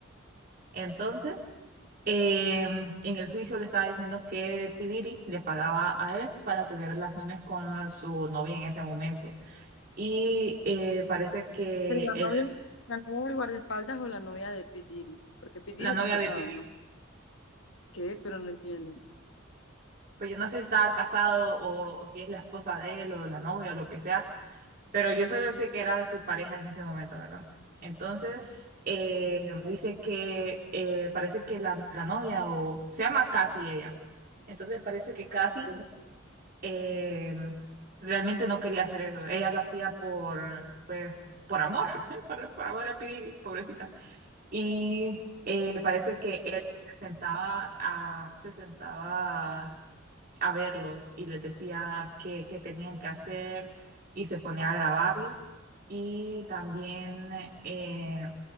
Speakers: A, on the right; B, on the left.
A: Entonces, eh, en el juicio le estaba diciendo que Pidiri le pagaba a él para tener relaciones con su novia en ese momento. Y eh, parece que
B: Pero la
A: él
B: novia, la novia del guardaespaldas o la novia de Pitiri, porque Pitiri
A: la novia
B: está casado,
A: de Pibiri.
B: ¿no? ¿Qué? Pero no entiendo.
A: Pues yo no sé si estaba casado o, o si es la esposa de él o la novia o lo que sea, pero yo solo sé que era su pareja en ese momento, ¿verdad? Entonces, eh, dice que eh, parece que la, la novia o se llama Cassie ella. Entonces parece que Cassie
B: Ajá.
A: eh, realmente no quería hacer eso. Ella lo hacía por, pues, por amor, <laughs> por, por amor a Pibiri, pobrecita. Y eh, parece que él se sentaba a, se sentaba a verlos y les decía qué, qué tenían que hacer y se ponía a grabarlos. Y también eh,